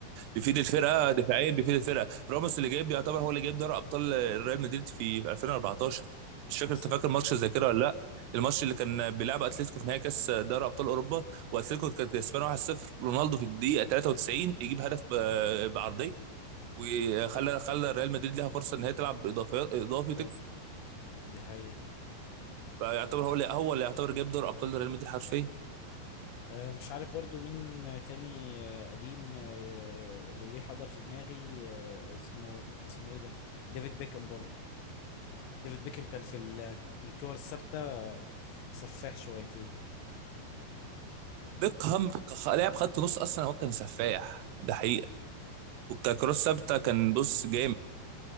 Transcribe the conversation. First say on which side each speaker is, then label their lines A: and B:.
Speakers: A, on the right (about 75°); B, on the left (about 80°).
A: بيفيد الفرقه دفاعيا بيفيد الفرقه راموس اللي جايب يعتبر هو اللي جايب دوري ابطال ريال مدريد في 2014 مش فاكر
B: لسه
A: انت فاكر
B: كنت
A: ماتش
B: بقول
A: زي كده ولا لا الماتش اللي كان بيلعب اتلتيكو في نهائي كاس دوري ابطال اوروبا واتلتيكو كانت كسبانه 1-0 رونالدو في الدقيقه 93 يجيب هدف ب- بعرضيه وخلى خلى ريال مدريد لها فرصه ان هي تلعب اضافي اضافي وتكسب
B: طافي دي حقيقة
A: فيعتبر هو اللي هو اللي يعتبر جايب دوري ابطال ريال مدريد حرفيا
B: آه، مش عارف برضو مين تاني آه، قديم آه، وليه حضر في دماغي آه، اسمه اسمه ايه ده ديفيد بيكم برضو ديفيد بيكم كان في ال- الكور الثابتة آه، سفاح شويتين
A: بيكهام ك- لاعب خط نص اصلا هو كان سفاح ده حقيقه والكروس ثابته كان بص جامد